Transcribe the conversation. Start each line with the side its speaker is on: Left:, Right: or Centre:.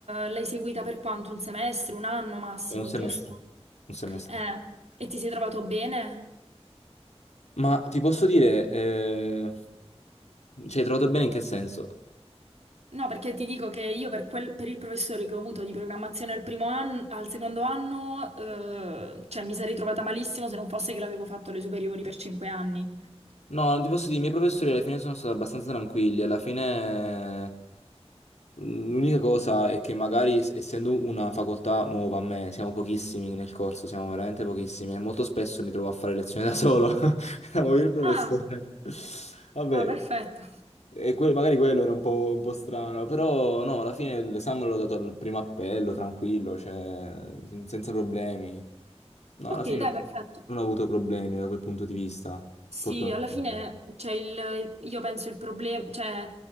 Right: l'hai seguita per quanto? Un semestre, un anno massimo,
Left: È un semestre.
Right: giusto?
Left: Un semestre.
Right: Eh, e ti sei trovato bene?
Left: Ma ti posso dire, eh, ci hai trovato bene in che senso?
Right: No, perché ti dico che io per, quel- per il professore che ho avuto di programmazione al primo anno, al secondo anno, eh, cioè mi sarei trovata malissimo se non fosse che l'avevo fatto alle superiori per cinque anni.
Left: No, non ti posso dire, i miei professori alla fine sono stati abbastanza tranquilli, alla fine L'unica cosa è che magari es- essendo una facoltà nuova a me, siamo pochissimi nel corso, siamo veramente pochissimi e molto spesso mi trovo a fare lezioni da solo. <laughs> Siamo io e il professore.
Right: Ah,
Left: Vabbè,
Right: ah, perfetto.
Left: e que- magari quello era un po', un po' strano, però no, alla fine l'esame l'ho dato al primo appello, tranquillo, cioè, sen- senza problemi. No,
Right: Ok,
Left: alla fine
Right: dai,
Left: non
Right: perfetto.
Left: non ho avuto problemi da quel punto di vista,
Right: Sì,
Left: fortunatamente.
Right: alla fine, cioè, il- il- io penso il problema, cioè,